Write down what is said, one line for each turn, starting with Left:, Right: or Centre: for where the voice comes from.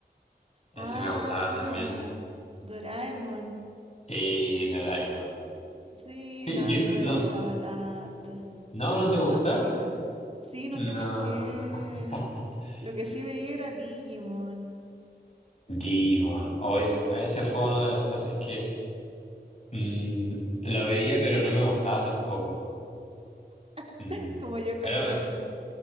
Left: ese
Right: Ah,
Left: me gustaba también.
Right: Doraemon.
Left: Sí, Doraemon.
Right: Sí,
Left: Sí,
Right: no,
Left: yo
Right: a mí no me
Left: no,
Right: gustaba
Left: s-
Right: tanto.
Left: no, no te
Right: Me
Left: gustaba.
Right: daba penita. Sí, no
Left: No.
Right: sé por qué.
Left: <laughs>
Right: Lo que sí veía era Digimon.
Left: Demon. Hoy, ese fue una de las cosas que. Mm, la veía, pero no me gustaba tampoco.
Right: <laughs>
Left: Mm,
Right: Como yo
Left: Era
Right: con Doraemon.
Left: la-